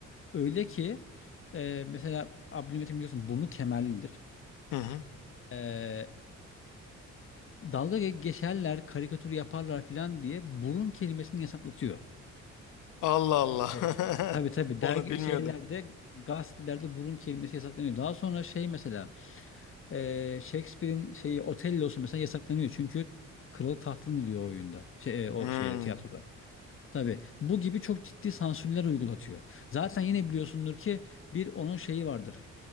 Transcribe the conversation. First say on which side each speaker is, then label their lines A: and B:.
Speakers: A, on the left (about 45°); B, on the left (about 85°).
A: Öyle ki eee, mesela Abdülhamit'in biliyorsun burnu kemerlidir.
B: Hı hı.
A: Eee, dalga ge- geçerler, karikatür yaparlar filan diye burun kelimesini yasaklatıyor.
B: Allah Allah.
A: E, işte,
B: <laughs>
A: Tabii tabii
B: Onu
A: dergi
B: bilmiyordum.
A: şeylerde gazetelerde burun kelimesi yasaklanıyor. Daha sonra şey mesela Ee, Shakespeare'in şeyi Otello'su mesela yasaklanıyor. Çünkü kralı tahttan iniyor o oyunda. Şey, e, o
B: Hmm.
A: şeyde tiyatroda. Tabii bu gibi çok ciddi sansürler uygulatıyor. Zaten yine biliyorsundur ki bir onun şeyi vardır.